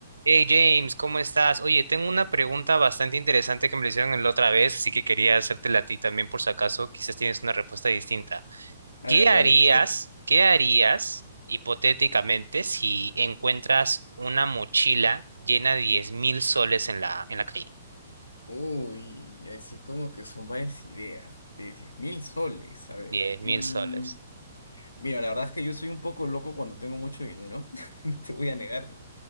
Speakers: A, on the right; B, on the left.
A: Hey James, ¿cómo estás? Oye, tengo una pregunta bastante interesante que me la hicieron la otra vez, así que quería hacértela a ti también por si acaso, quizás tienes una respuesta distinta.
B: A
A: ¿Qué
B: ver,
A: harías,
B: dale, te escucho.
A: qué harías hipotéticamente si encuentras una mochila llena de diez mil soles en la, en la calle?
B: Uy, así como que son varias ideas de diez mil soles. A ver.
A: Diez mil
B: mm,
A: soles.
B: mira, la verdad es que yo soy un poco loco cuando tengo mucho dinero. <laughs> No te voy a negar.